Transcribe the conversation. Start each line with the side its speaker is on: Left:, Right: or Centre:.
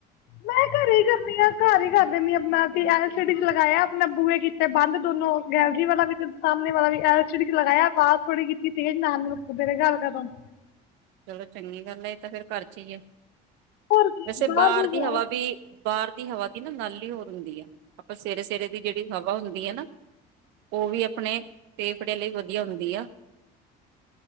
Left: ਮੈਂ ਘਰ ਹੀ ਕਰਨੀ ਆ ਘਰ ਹੀ ਕਰ ਦਿੰਦੀ ਆਪਣਾ ਐਲ ਸੀ ਡੀ ਚ ਲਗਾਇਆ ਆਪਣੇ ਬੂਹੇ ਕੀਤੇ ਬੰਦ ਦੋਨੋ ਗੈਲਰੀ ਵਾਲਾ ਵੀ ਤੇ ਸਾਹਮਣੇ ਵਾਲਾ ਵੀ ਐਲ ਸੀ ਡੀ ਚ ਲਗਾਇਆ ਵਾਜ ਥੋੜੀ ਕੀਤੀ ਤੇਜ਼ ਨਾਲ ਨੇ ਗੱਲ ਕਰਨ
Right: ਚਲੋ ਚੰਗੀ ਗੱਲ ਤਾਂ ਫੇਰ ਘਰ ਚ ਹੀ ਆ।
Left: ਹੋਰ ਕੀ
Right: ਵੈਸੇ ਬਾਹਰ
Left: ਵੀ
Right: ਦੀ
Left: ਜਾਓ
Right: ਹਵਾ ਵੀ ਬਾਹਰ ਦੀ ਹਵਾ ਦੀ ਨਾ ਗਲ ਹੀ ਹੋਰ ਹੁੰਦੀ ਆ ਆਪਾਂ ਸਵੇਰੇ ਸਵੇਰੇ ਦੀ ਜਿਹੜੀ ਹਵਾ ਹੁੰਦੀ ਆ ਨਾ ਉਹ ਵੀ ਆਪਣੇ ਫੇਫੜੇ ਲਈ ਵਧੀਆ ਹੁੰਦੀ ਆ।